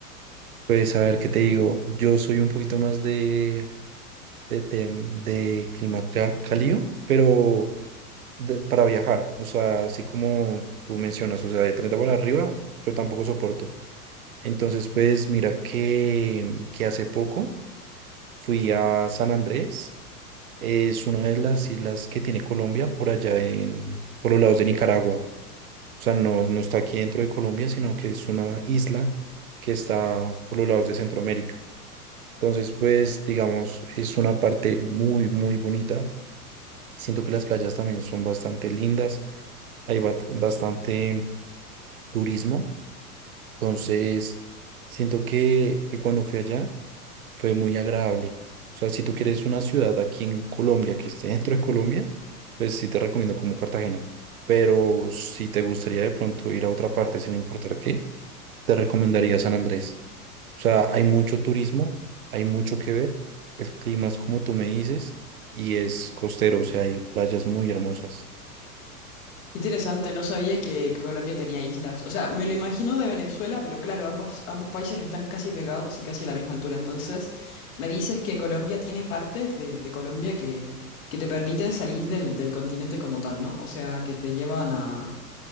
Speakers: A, on the right; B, on the left.
A: Pues a ver, ¿qué te digo? Yo soy un poquito más de, de, tem- de clima ca- cálido, pero de- para viajar, o sea, así como tú mencionas, o sea, de 30 para arriba, yo tampoco soporto. Entonces, pues mira que, que hace poco fui a San Andrés Es una de las islas que tiene Colombia por allá en, por los lados de Nicaragua. O sea, no, no está aquí dentro de Colombia, sino que es una isla que está por los lados de Centroamérica. Entonces, pues, digamos, es una parte muy, muy bonita. Siento que las playas también son bastante lindas. Hay ba- bastante turismo. Entonces, siento que, que cuando fui allá, fue muy agradable. O sea, si tú quieres una ciudad aquí en Colombia que esté <laughs> dentro de Colombia, pues sí te recomiendo como Cartagena. Pero si te gustaría de pronto ir a otra parte sin importar qué, te recomendaría San Andrés. O sea, hay mucho turismo, hay mucho que ver. El clima es como tú me dices y es costero, o sea, hay playas muy hermosas.
B: Interesante, no sabía que, que Colombia tenía islas. O sea, me lo imagino de Venezuela, pero claro, ambas, ambos países están casi pegados y casi a la misma altura. Entonces, me dices que Colombia tiene partes de, de Colombia que, que te permiten salir del, del continente como tal, ¿no? O sea, que te llevan a...